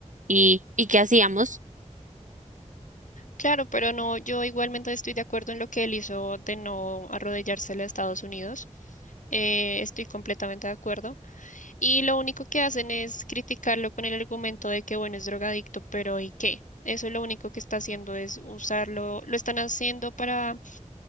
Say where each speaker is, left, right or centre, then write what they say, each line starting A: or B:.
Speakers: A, on the right; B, on the left.
A: ¿Y, y qué hacíamos?
B: Claro, pero no, yo igualmente estoy de acuerdo en lo que él hizo de no arrodillarse a Estados Unidos. Eh, estoy completamente de acuerdo. Y lo único que hacen es criticarlo con el argumento de que, bueno, es drogadicto, pero ¿y qué? Eso lo único que está haciendo es usarlo, lo están haciendo para